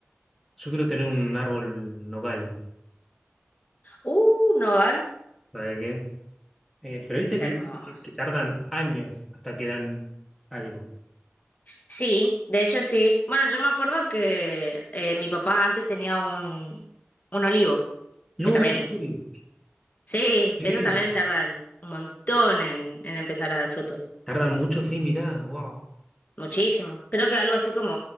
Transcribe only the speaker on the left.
Uh, Nogal,
es
hermoso.
Sí, de hecho sí. Bueno, yo me acuerdo que eh, mi papá antes tenía un, un olivo,
que también,
sí,
esos
también tardan un montón en, en empezar a dar frutos.
Muchísimo. Creo que algo así como,